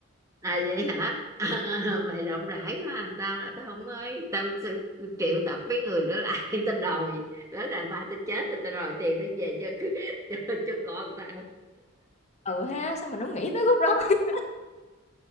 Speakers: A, on the right; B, on the left.
A: à vậy hả <laughs> mày rộng rãi quá à. tao là tao không ấy tao sẽ triệu tập với người đó lại <laughs> tao đòi đó là ba tao chết rồi tao đòi tiền để về cho <laughs> cho, cho con tao <laughs>
B: Ừ ha, sao mình hổng nghĩ tới khúc đó, <laughs>